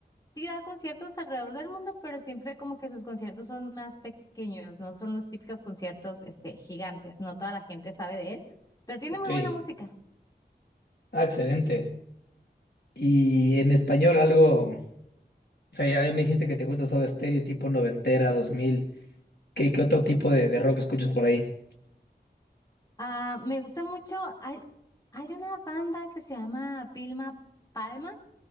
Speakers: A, on the left; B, on the left.
A: Sí da conciertos alrededor del mundo, pero siempre como que sus conciertos son más pequeños, no son los típicos conciertos este, gigantes, no toda la gente sabe de él, pero tiene
B: ok.
A: muy buena música.
B: Ah, excelente. Y en español algo, o sea, ya, ya me dijiste que te gusta Soda Stereo, tipo noventera, dos mil. ¿Qué, qué otro tipo de, de rock escuchas por ahí?
A: Ah, me gusta mucho, hay, hay una banda que se llama Pilma Palma,